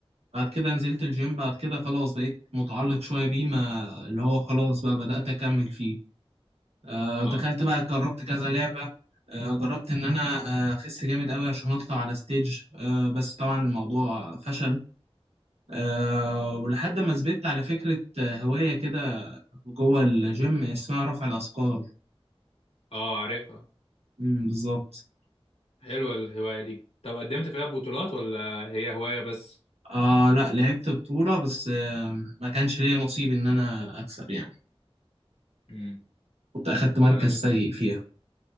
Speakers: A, on the right; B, on the left.
A: بعد كده نزلت الجيم بعد كده خلاص بقيت متعلق شوية بيه ما اللي هو خلاص بقى بدأت أكمل فيه آه
B: اه
A: دخلت بقى جربت كذا لعبة آه جربت إن أنا آه، أخس جامد أوي عشان أطلع على ستيج آه بس طبعا الموضوع فشل آه ولحد ما ثبت على فكرة آه، هواية كده جوه الجيم اسمها رفع الأثقال
B: اه عارفها
A: مم، بالظبط
B: حلوه الهوايه دي طب قدمت فيها بطولات ولا هي هوايه بس
A: آه لا لعبت بطولة بس آه ما كانش ليا نصيب إن أنا أكسب يعني
B: امم
A: كنت أخدت مركز
B: انا بن-
A: سيء فيها